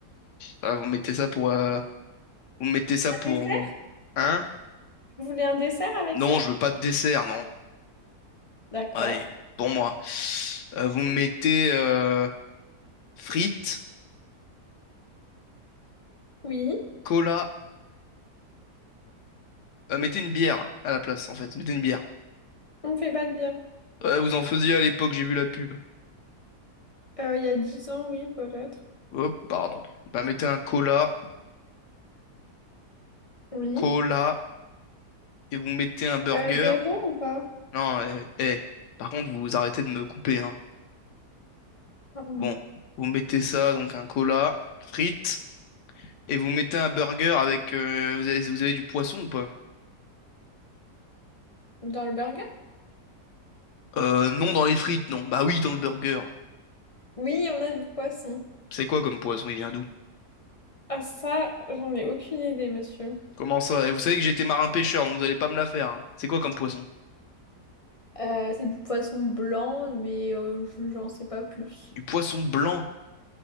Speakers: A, on the left; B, on the left.
A: Ah, vous mettez ça pour. euh, vous mettez ça
B: Un
A: pour.
B: dessert?
A: vous- Hein?
B: Vous voulez un dessert avec
A: Non,
B: ça?
A: je veux pas de dessert, non.
B: D'accord.
A: Allez, pour moi. Euh, vous mettez. euh, frites,
B: Oui.
A: cola. Euh, mettez une bière à la place, en fait. Mettez une bière.
B: On fait pas de bière.
A: Euh, vous en faisiez à l'époque, j'ai vu la pub.
B: Euh, il y a 10 ans, oui, peut-être.
A: Hop, pardon. Bah, mettez un cola,
B: Oui.
A: cola, et vous mettez un burger.
B: Euh, zéro ou pas?
A: Non, eh, eh. Par contre, vous vous arrêtez de me couper, hein.
B: Pardon.
A: Bon, vous mettez ça, donc un cola, frites, et vous mettez un burger avec... euh, vous avez, vous avez du poisson ou pas?
B: Dans le burger?
A: Euh, non, dans les frites, non. Bah oui, dans le burger.
B: Oui, on a du poisson.
A: C'est quoi comme poisson? Il vient d'où?
B: Ah ça, j'en ai aucune idée, monsieur.
A: Comment ça? Eh, vous savez que j'étais marin pêcheur, donc vous allez pas me la faire, hein. C'est quoi comme poisson?
B: Euh, c'est du poisson blanc, mais euh, je- j'en sais pas plus.
A: Du poisson blanc.